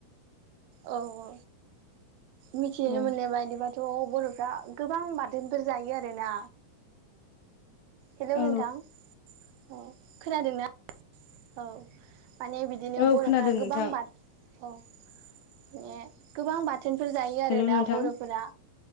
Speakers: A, on the right (about 85°); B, on the left (about 80°).
A: औ औ मिथिनो
B: औ
A: मोननाय बायदिबाथ' बर'फ्रा गोबां बाथोनफोर जायो आरोना। हेलौ
B: औ
A: नोंथां औ खोनादोंना औ। माने बिदिनो
B: औ
A: बरफ्रा
B: खोनादों नोंथां
A: गोबां बाथ अ माने गोबां बाथ थोनफोर जायो
B: हेलौ
A: आरो ना
B: नोंथां
A: बर'फोरा